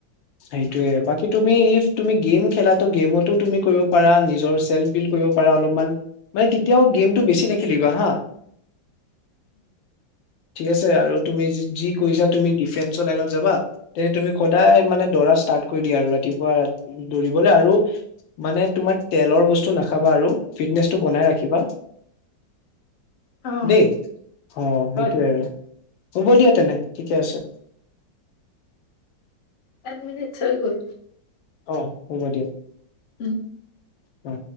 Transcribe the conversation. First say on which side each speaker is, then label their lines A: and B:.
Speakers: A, on the left; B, on the left.
A: সেইটোয়ে বাকী তুমি ইফ তুমি গেম খেলা গেমতো তুমি কৰিব পাৰা নিজৰ চেল্ফ বিল্ কৰিব পাৰা অলপমান । মানে তেতিয়াও গেমটো বেছি নেখেলিবা হা ঠিক আছে আৰু তুমি য। যি কৈছা তুমি ডিফেন্স। লাইনত যাবা তেনে তুমি সদায় মানে। দৌৰা ষ্টাৰ্ট কৰি দিয়া আৰু ৰাতিপুৱা দৌৰিবলৈ আৰু মানে। তোমাৰ তেলৰ বস্তু নাখাবা আৰু ফিটনেচটো বনাই ৰাখিব। কিবা।
B: অ
A: দেই অ
B: হয়
A: সেইটোৱে আৰু। হ'ব দিয়া তেনে ঠিকে আছে ।
B: এক মিনিট হয় গ'ল।
A: অ সোমাই দিয়া।
B: উম
A: অ